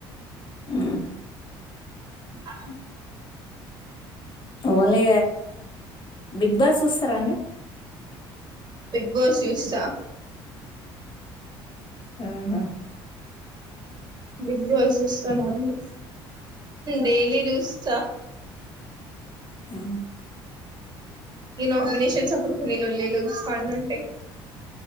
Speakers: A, on the left; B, on the right.
A: ఆ
B: అ
A: ఓన్లీ బిగ్ బాస్ చూస్తారా అండి
B: బో జూస్తా
A: ఆహా
B: బిగ్ బాస్ చూస్తున్నాన్ను డైలీ చూస్తా
A: అ
B: ఈ నోమినషన్ స ఇప్పుడు కొన్ని లొల్లిలు కాలు ఉంటాయి